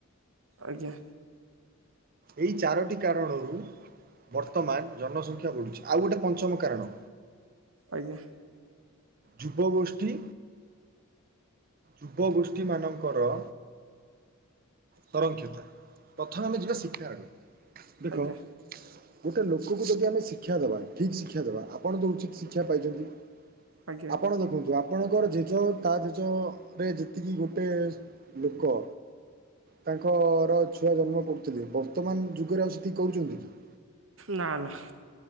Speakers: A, on the right; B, on the right.
A: ଆଜ୍ଞା।
B: ଏଇ ଚାରୋଟି କାରଣରୁ ବର୍ତ୍ତମାନ ଜନସଂଖ୍ୟା ବଢ଼ୁଛି ଆଉ ଗୋଟେ ପଞ୍ଚମ କାରଣ।
A: ଆଜ୍ଞା।
B: ଯୁବଗୋଷ୍ଠୀ। ଯୁବଗୋଷ୍ଠୀ ମାନନଙ୍କର। ସଂରକ୍ଷିତା ପ୍ରଥମେ ଆମେ ଯିବା ଶିକ୍ଷା ଆଡକୁ ଦେଖ।
A: ଆଜ୍ଞା
B: ଗୋଟେ ଲୋକକୁ ଯଦି ଆମେ ଶିକ୍ଷା ଦବା ଠିକ ଶିକ୍ଷା ଦବା ଆପଣ ତ ଉଚିତ ଶିକ୍ଷା ପାଇଛନ୍ତି।
A: ଆଜ୍ଞା
B: ଆପଣ ଦେଖନ୍ତୁ ଆପ ଆପଣଙ୍କର ଜେଜ ତା ଜେଜ ରେ ଯେତିକି ଗୋଟେ ଲୋକ। ତାଙ୍କର ଛୁଆ ଜନ୍ମ କରୁଥିଲେ ବର୍ତ୍ତମାନ ଯୁଗରେ ଆଉ ସେତିକି କରୁଛନ୍ତି କି?
A: ନା ନା।